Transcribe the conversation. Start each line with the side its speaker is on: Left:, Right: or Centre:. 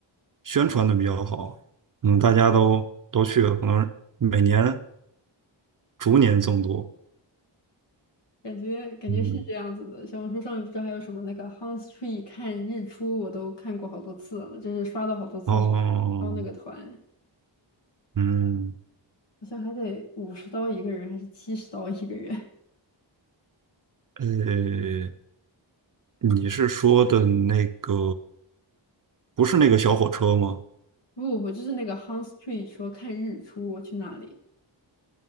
Right: 宣传的比较好，嗯，大家都都去了，可能每年逐年增多，
Left: 感觉感觉是这样子的。
Right: 嗯，
Left: 小红书上面不知道还有什么那个 Hans Tree t 看日出，我都看过好多次了，就是刷到好多次，
Right: 哦，
Left: 就是招那个团，
Right: 嗯，
Left: 好像还得五十刀一个人，还是七十刀一个人？
Right: 呃，你是说的那个，不是那个小火车吗？
Left: <laughs> 不不不，就是那个 Hans Tree t 说看日出，我去那里